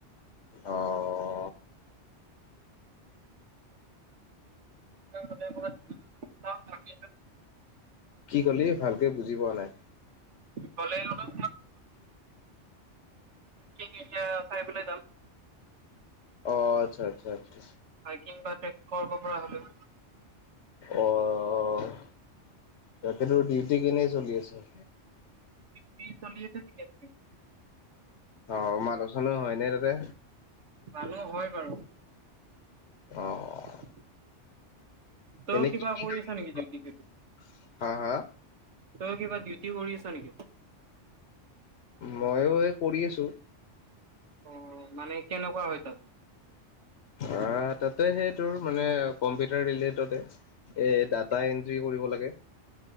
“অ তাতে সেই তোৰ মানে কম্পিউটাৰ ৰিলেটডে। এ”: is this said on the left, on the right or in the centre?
Left